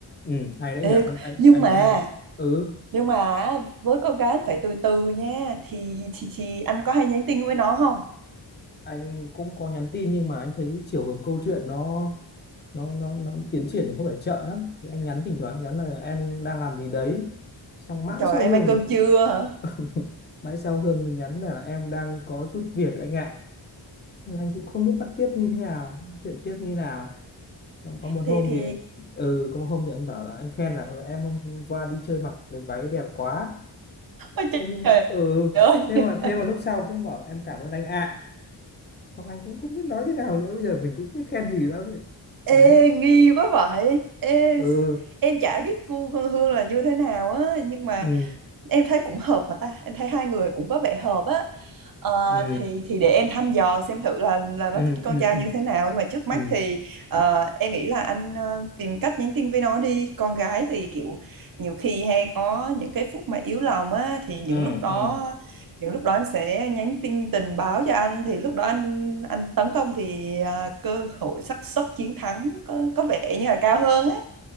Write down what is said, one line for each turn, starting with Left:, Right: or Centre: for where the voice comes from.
Left: Ừ, hay đấy
Right: Ê,
Left: nhỉ anh anh
Right: nhưng
Left: anh
Right: mà
Left: thấy hay đấy ừ
Right: nhưng mà với con gái phải từ từ nha thì thì, thì anh có hay nhắn tin với nó không
Left: anh cũng có nhắn tin nhưng mà anh thấy cái chiều hướng câu chuyện nó nó nó nó tiến triển thì có vẻ chậm lắm thì anh nhắn thỉnh thoảng anh nhắn là em đang làm gì đấy xong mãi
Right: Trời
Left: sau
Right: em
Left: Hương
Right: ăn cơm trưa
Left: <laughs>
Right: hả?
Left: mãi sau Hương mình nhắn là, là em đang có chút việc anh ạ Nhưng mà anh cũng không biết bắt tiếp như thế nào chuyện tiếp như thế nào Xong có một
Right: Thì
Left: hôm
Right: thì
Left: thì ừ có một hôm thì anh bảo là anh khen là ừ, em hôm qua đi chơi mặc cái váy đẹp quá
Right: Ôi
Left: Thế nhưng-
Right: trời
Left: ừ
Right: ơi.
Left: thế
Right: <laughs>
Left: mà thế mà lúc sau cũng bảo em cảm ơn anh ạ xong anh cũng không biết nói thế nào nữa bây giờ mình cũng không biết khen gì lắm ấy.
Right: Ê
Left: đấy
Right: nghi quá vậy. Ê
Left: ừ
Right: em chả biết cu con Hương là như thế nào á, nhưng mà
Left: ừ
Right: em thấy cũng hợp mà ta. Em thấy hai người cũng có vẻ hợp á. Ờ,
Left: ừ
Right: thì thì để em thăm dò xem thử là là
Left: ừ
Right: nó thích con
Left: ừ
Right: trai
Left: ừ
Right: như thế nào, nhưng mà trước mắt
Left: ừ
Right: thì ờ, em nghĩ là anh ờ, tìm cách nhắn tin với nó đi. Con gái thì kiểu nhiều khi hay có những cái phút mà yếu lòng á thì
Left: ừ
Right: những lúc đó
Left: ừ.
Right: kiểu lúc đó em sẽ nhắn tin tình báo cho anh thì lúc đó anh anh tấn công thì à, cơ hội xác suất chiến thắng có, có vẻ như là cao hơn á